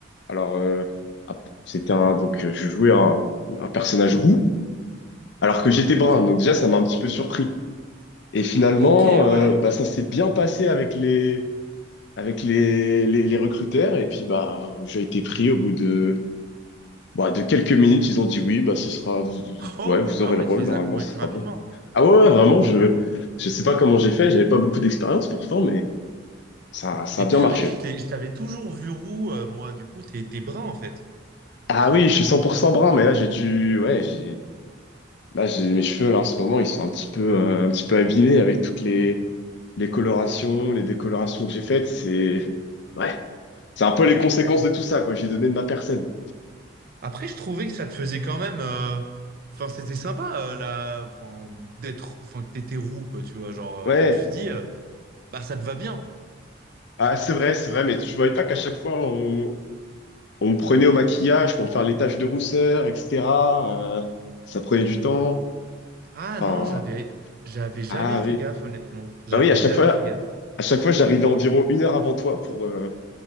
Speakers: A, on the left; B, on the right.
A: Alors, euh, ah, c'était un, donc euh, je jouais un, un personnage roux, alors que j'étais brun.
B: Ok.
A: Donc déjà, ça m'a un petit peu surpris. Et finalement,
B: Ok, ouais.
A: euh, bah, ça s'est bien passé avec les, avec les, les, les recruteurs. Et puis, bah, j'ai été pris au bout de bah, de quelques minutes, ils ont dit oui, bah, ce sera,
B: Oh,
A: ouais, vous
B: ah
A: aurez
B: ouais,
A: le rôle,
B: tu les
A: normalement,
B: as convaincus
A: ce sera
B: rapidement.
A: bon. Ah ouais, ouais, vraiment, je, je sais pas comment j'ai fait, j'avais pas beaucoup d'expérience pourtant, mais ça, ça
B: Et
A: a bien
B: purée,
A: marché.
B: je t'ai- je t'avais toujours vu roux, euh, moi, du coup, t'es t'es brun en fait.
A: Ah oui, je suis 100% brun, mais là, j'ai dû, ouais, j'ai, là, j'ai mes cheveux, là, en ce moment, ils sont un petit peu, euh, un petit peu abîmés avec toutes les, les colorations, les décolorations que j'ai faites, c'est, ouais, c'est un peu les conséquences de tout ça, quoi, j'ai donné de ma personne.
B: Après, je trouvais que ça te faisait quand même. euh, Enfin, c'était sympa euh, la... enfin, d'être. Enfin, que t'étais roux, quoi, tu vois. Genre, euh,
A: Ouais,
B: je me suis dit, euh, bah, ça te va bien.
A: ah, c'est vrai, c'est vrai, mais tu voyais pas qu'à chaque fois, on, On me prenait au maquillage pour me faire les taches de rousseur, etc. euh, ça prenait du temps.
B: Ah
A: Enfin,
B: non, j'avais j'avais jamais
A: ah
B: fait
A: oui.
B: gaffe, honnêtement. J'avais
A: Bah oui, à chaque
B: jamais
A: fois,
B: fait gaffe.
A: à chaque fois, j'arrivais environ une heure avant toi pour, euh,